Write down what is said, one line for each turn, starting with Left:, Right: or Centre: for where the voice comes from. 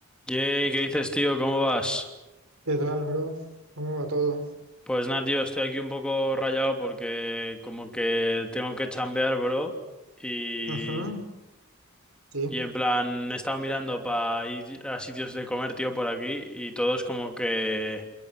Centre: Yay, ¿qué dices, tío? ¿Cómo vas?
Right: ¿Qué tal, bro? ¿Cómo va todo?
Centre: Pues nada, tío, estoy aquí un poco rayado porque como que tengo que chambear, bro. Y,
Right: Ujú, sí,
Centre: y en plan, he estado mirando para ir a sitios de comer, tío, por aquí y todos como que